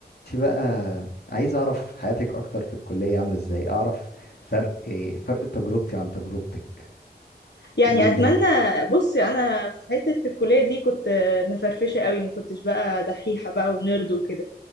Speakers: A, on the left; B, on the left.
A: انت بقى عايز اعرف حياتك اكتر في الكلية عاملة ازاي اعرف فرق إيه فرق تجربتي عن تجربتك
B: يعني
A: قولي
B: اتمنى
A: لي
B: بصي انا في حته الكليه دي كنت مفرفشه قوي ما كنتش بقى دحيحه بقى ونرد وكده